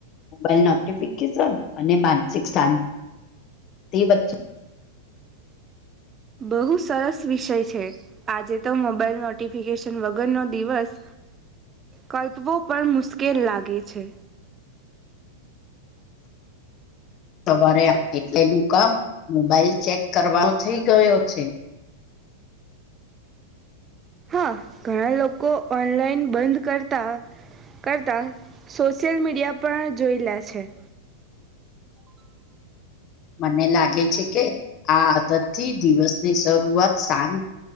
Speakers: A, on the left; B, on the right.
A: મોબાઈલ નોટિફિકેશન અને માનસિક શાંતિ વચ્ચે
B: બહુ સરસ વિષય છે. આજે તો મોબાઈલ નોટિફિકેશન વગર નો દિવસ. કલ્પવો પણ મુશ્કેલ લાગે છે.
A: સવારે એટલે નું કામ મોબાઈલ ચેક કરવાનો થઇ ગયો છે.
B: હા ઘણા લોકો ઓનલાઈન બંધ કરતા. કરતાં સોશિયલ મીડિયા પણ જોઈ લે છે.
A: મને લાગે છે કે આ આદત થી દિવસની શરૂઆત સારી.